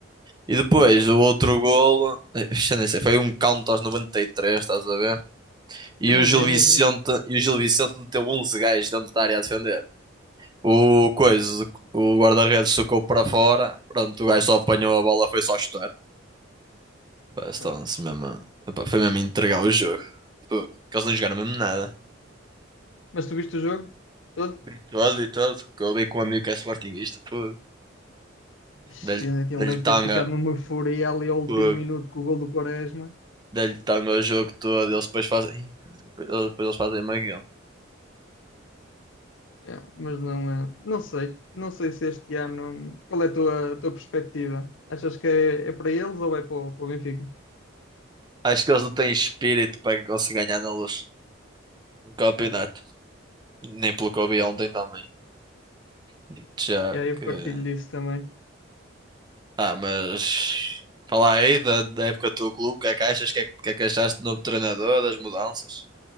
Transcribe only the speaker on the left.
Eu
não
vi, eu
não vi.
Pá.
Mas tu viste o jogo todo?
Ixi,
Aquilo
deve ter
ficado numa euforia ali ao
último minuto com o gol do Quaresma.
Yeah, mas não, é- não sei, não sei se este ano. Qual é a tua, a tua perspectiva? Achas que é, é para eles ou é para, o para o Benfica?
Yeah.
E aí eu
partilho disso também.